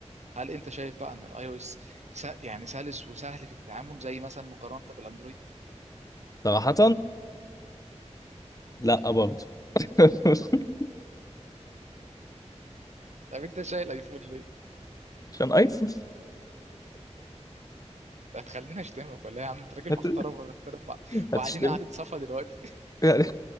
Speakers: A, on the right; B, on the left.
A: هل انت شايف بقى ان الاي او اس يعني سلس وسهل في التعامل زي مثلا مقارنه بالاندرويد
B: <laughs> صراحه لا برضه <laughs>
A: طب انت شايل ايفون ليه
B: عشان ايفون
A: ده هتخليني اشتمك ولا إيه يا عم انت راجل
B: هت...
A: محترم وبنحترم بعض
B: هتشتمني
A: وقاعدين قعده صفا دلوقتي
B: يعني